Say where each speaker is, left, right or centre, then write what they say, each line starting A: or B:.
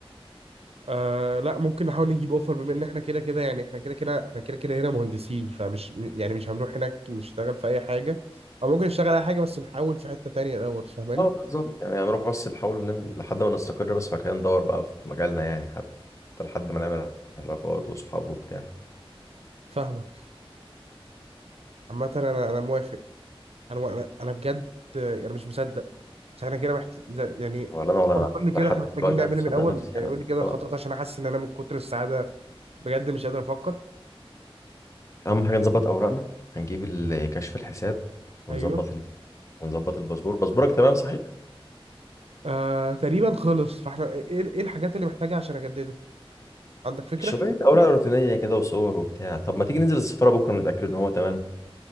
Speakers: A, on the right; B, on the left.
A: آه لا ممكن نحاول نجيب اوفر بما ان احنا كده كده يعني احنا كده كده احنا كده كده هنا مهندسين فمش م- يعني مش هنروح هناك نشتغل في اي حاجه او ممكن نشتغل اي حاجه بس نحاول في حته تانية الاول فاهماني
B: اه بالظبط يعني هنروح بس نحاول نم... لحد ما نستقر بس فكده ندور بقى في مجالنا يعني حتى لحد ما نعمل علاقات وصحاب وبتاع
A: فاهمك عامه انا انا موافق انا انا أنا بجد آه، يعني مش مصدق بس احنا كده محت... زي- يعني
B: ولا انا ولا
A: قول
B: انا
A: قول لي كده
B: لحد
A: احنا محتاجين
B: دلوقتي
A: نعمل
B: انا مش
A: ايه
B: مصدق
A: من الاول
B: نفسي يعني
A: يعني قول
B: مش
A: لي كده
B: مصدق.
A: خطوات عشان احس ان انا من كتر السعاده بجد مش قادر افكر
B: اهم حاجه نظبط اوراقنا هنجيب ال- كشف الحساب ونظبط
A: ايوه
B: الفيزا ونظبط الباسبور باسبورك تمام صحيح
A: آه تقريبا خلص فاحنا ايه ايه الحاجات اللي محتاجها عشان اجدده عندك فكره
B: شويه اوراق روتينيه كده وصور وبتاع طب ما تيجي ننزل السفاره بكره نتاكد ان هو تمام